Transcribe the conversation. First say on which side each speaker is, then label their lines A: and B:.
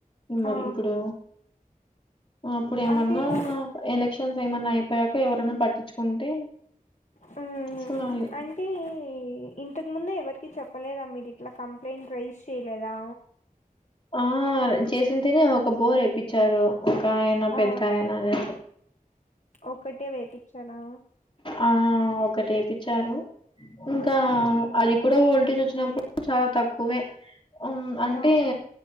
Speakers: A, on the left (about 35°); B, on the left (about 50°).
A: ఇంగ
B: ఆ
A: ఇప్పుడు అప్పుడేమన్నా
B: అంటే
A: ఎలక్షన్స్ ఏమన్నా అయిపోయాక ఎవరనా పట్టించుకుంటే
B: మ్మ్
A: చూడలి
B: అంటే ఇంతకుముందే ఎవరికిీ చెప్పలేదా మీరు ఇట్లా కంప్లైంట్ రైజ్ చేయలేదా
A: ఆ చేసింతనే ఒక బోర్ వేపిచ్చారు ఒక ఆయన పెద్ద
B: ఆ
A: ఆయన అనేసి
B: ఒక్కటే వేపిచ్చనా
A: ఆ ఒకటి ఏపిచ్చారు ఇంకా
B: మ్మ్
A: అది కూడా వోల్టేజ్ వొచ్చినప్పు చాలా తక్కువే ఉమ్ అంటే
B: ఓహో